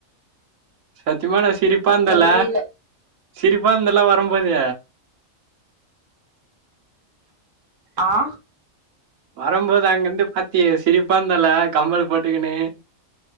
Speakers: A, on the right; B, on the right.
A: சத்தியமானா சிரிப்பாந்தல
B: சொல்லவே இல்ல
A: சிரிப்பாந்தல வரும்போது
B: ஆ
A: வரும்போது அங்கிருந்து பாத்தியே சிரிப்பாந்தல கம்மல் போட்டுக்குனு